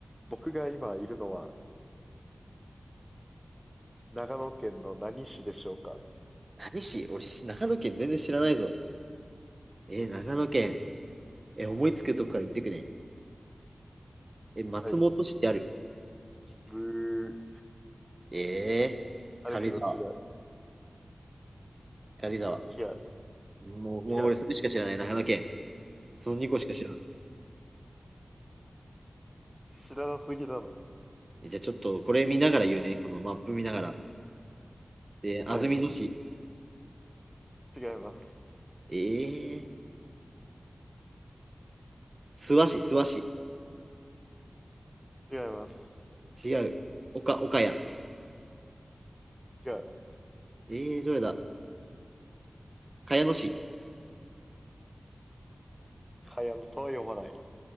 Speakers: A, in the centre; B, on the right.
A: 僕が今いるのは、長野県の何市でしょうか
B: 何し俺長野県全然知らないぞ。えー長野県。えー思いつくとこから言ってくね。えー松本市ってある。
A: はい。ブー。
B: えー、
A: あるけど違う。
B: 軽井沢、軽井沢。
A: 違う。
B: もう、もう俺それしか知らない、
A: 違う。
B: 長野県。その2個しか知らん。
A: 知らなすぎだな。
B: えじゃあちょっとこれ見ながら言うね。このマップ見ながら。えー安曇野市。
A: はい。違います。
B: えー、諏訪市、諏訪市。
A: 違います。
B: 違う。岡、岡谷。
A: 違う。
B: えー、どれだ茅野市。
A: かやのとは読まない。